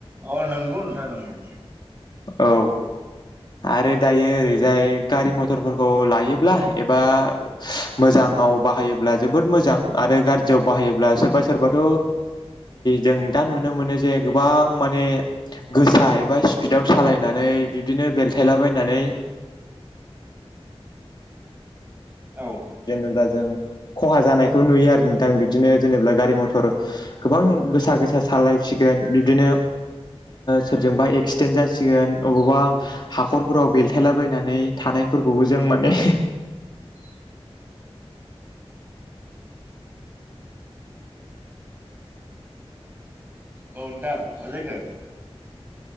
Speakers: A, on the right; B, on the left.
A: अ नंगौ नोंथां नंगौ
B: औ आरो दायो। ओरै जाय गारि मथरफोरखौ लायोब्ला एबा मोजां बाहायोब्ला जोबोद मोजां आरो गाज्रि आव बाहायोब्ला सोरबा सोरबाथ जों दा नुनो मोनो जे गोबां माने गोसा एबा बिदाव सालायनानै बिब्दिनो बेलथायला बायनानै
A: औ
B: जेनेबा जों खहा जानायखौ नुयो आरो नोंथां। बिदिनो जेनेबा गारि मथर गोबां गोसा गोसा सालायसिगोन। बिबदिनो सोरजोंबा एक्सिडेन्ट जासिगोन अबावबा हाखरफोराव बेलथायलाबायनानै थानाय। फोरखौबो जों माने
A: <inaudible> औ नोंथां मा जाखौ